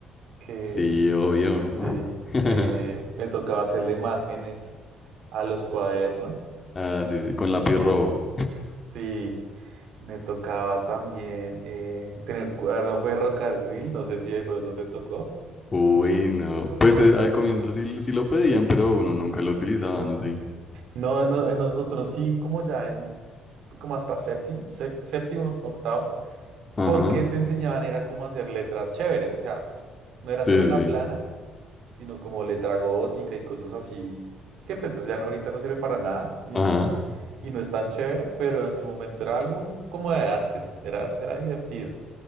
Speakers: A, on the right; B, on the left.
A: que,
B: Sí, obvio.
A: Sí,
B: <laughs>
A: eh, me tocaba hacerle márgenes a los cuadernos.
B: Ah, sí, sí, con
A: eh,
B: lápiz rojo.
A: sí, me tocaba también eh, tener cuaderno ferrocarril, no sé si de pronto te tocó.
B: Uy, no. Pues eh, al comienzo sí, sí lo pedían, pero uno nunca lo utilizaba, no sé.
A: No, en, no- en nosotros sí, como ya en, como hasta séptimo, sé- séptimo, octavo,
B: Ajá.
A: porque te enseñaban era cómo hacer letras chéveres, o sea, no era
B: Sí,
A: solo la
B: sí, sí.
A: plana, sino como letra gótica y cosas así, que pues eso ya no- ahorita no sirve para nada y,
B: Ajá.
A: y no es tan chévere, pero en su momento era algo como de artes, era, era divertido.